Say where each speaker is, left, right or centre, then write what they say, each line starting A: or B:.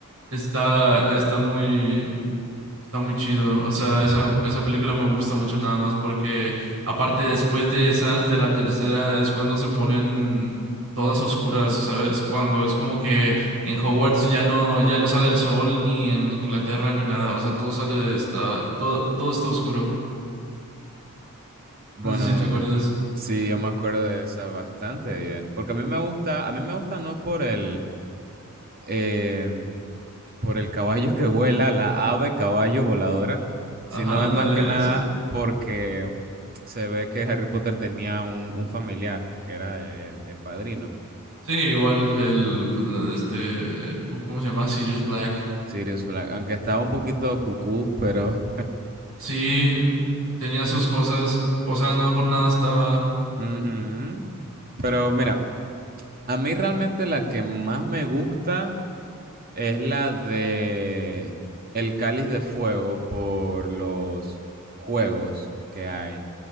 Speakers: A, on the right; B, on the right.
A: está, está muy, está muy chido, o sea,
B: <laughs>
A: esa, esa película me gusta mucho nada más porque, aparte, después de esas, de la tercera, es cuando se ponen todas oscuras, ¿sabes? Cuando es como que en Hogwarts ya no, ya no sale el sol, ni en Inglaterra, ni nada, o sea, todo sale, está, todo, todo está oscuro.
B: Bueno,
A: No sé si te acuerdas.
B: sí, yo me acuerdo de esa bastante bien, porque a mí me gusta, a mí me gusta no por el, eh, por el caballo que vuela, la ave caballo voladora, sino
A: Ajá, ándale,
B: es más que nada
A: eso.
B: porque se ve que Harry Potter tenía un, un familiar, que era el, el padrino,
A: Sí, igual, el, pues, la- este, ¿cómo cómo se llama? Sirius Black.
B: Sirius Black, aunque estaba un poquito cucú, pero...
A: Sí, tenía sus cosas. O sea, no por nada estaba.
B: ujú. Pero mira, a mí realmente la que más me gusta es la de El Cáliz de Fuego por los juegos que hay.